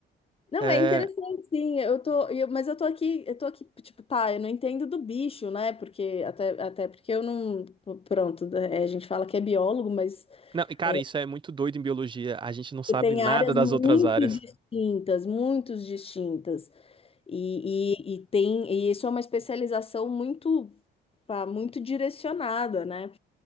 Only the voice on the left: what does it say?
Não,
é interessante, sim. Eu tô, eu- mas eu tô aqui, eu tô aqui, tipo, tá, eu não entendo do bicho, né? Porque até, até porque eu não, pronto, é, a gente fala que é biólogo, mas
é,
você tem
áreas
muito
distintas, muito distintas. E, e, e tem, e isso é uma especialização muito, pá, muito direcionada, né?